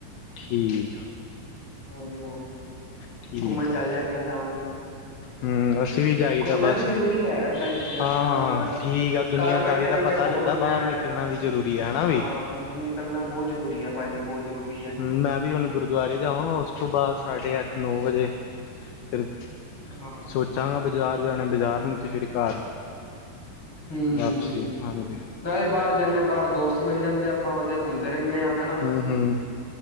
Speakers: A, on the left (about 70°); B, on the left (about 30°).
A: ਠੀਕ ਆ।
B: ਹਾਂਜੀ, ਹਾਂ
A: ਠੀਕ
B: ਘੁੰਮਣ ਚੱਲ
A: ਆ
B: ਜਾਂਦੇ ਸ ਹੁਣੀ।
A: ਹਮ ਅਸੀਂ ਵੀ ਜਾਈਦਾ
B: ਘੁੰਮਣਾ
A: ਬਸ
B: ਵੀ
A: ਹਾਂ
B: ਜਰੂਰੀ ਹੈ ਯਾਰ ਲਾਈਫ ਚ ਯਾਰ
A: ਹਾਂ
B: ਥੋੜ੍ਹਾ ਬੰਦਾ
A: ਠੀਕ ਆ ਦੁਨੀਆਂਦਾਰੀ
B: ਘਰ ਬੈਠੇ
A: ਦਾ
B: ਬੈਠੇ। ਥੇ
A: ਪਤਾ
B: ਬੋਰ
A: ਲੱਗਦਾ
B: ਹੁੰਦੇ
A: ਬਾਹਰ
B: ਆ ਯਾਰ
A: ਨਿਕਲਣਾ ਵੀ ਜ਼ਰੂਰੀ ਹੈ ਹਨਾ
B: ਹਾਂ
A: ਵੀ
B: ਨਿਕਲਣਾ ਬਹੁਤ ਜ਼ਰੂਰੀ ਹੈ। ਭਾਜੀ ਬਹੁਤ ਜ਼ਰੂਰੀ ਹੈ।
A: ਹ ਮੈਂ ਵੀ ਹੁਣ ਗੁਰਦੁਆਰੇ ਜਾਵਾਂ ਉਸ ਤੋਂ ਬਾਅਦ ਸਾਡੇ ਅੱਠ ਨੌ ਵਜੇ ਫਿਰ।
B: ਹਾਂ
A: ਸੋਚਾਂਗਾ ਬਜ਼ਾਰ ਜਾਣਾ ਬਾਜ਼ਾਰ ਨਹੀਂ ਤੇ ਫਿਰ ਘਰ।
B: ਹਮ
A: ਵਾਪਸੀ ਹਾਂਜੀ
B: ਨਾਲੇ ਬਾਹਰ ਜਾਂਦੇ ਹਾਂ ਬਾਹਰ ਦੋਸਤ। ਵਿੱਚ ਮਿਲ ਜਾਂਦੇ ਆ ਆਪਾਂ ਵਧੀਆ ਘੁੰਮਦੇ ਰਹਿੰਦੇ ਹਾਂ ਹਨਾ।
A: ਹਮ ਹਮ